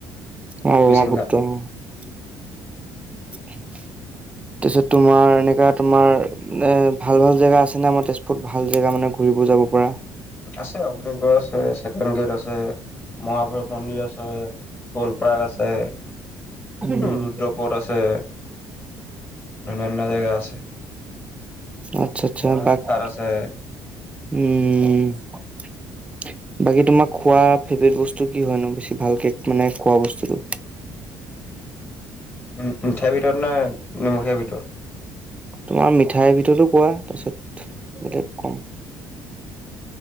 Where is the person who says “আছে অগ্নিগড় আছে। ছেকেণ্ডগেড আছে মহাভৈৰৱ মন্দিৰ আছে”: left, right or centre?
Left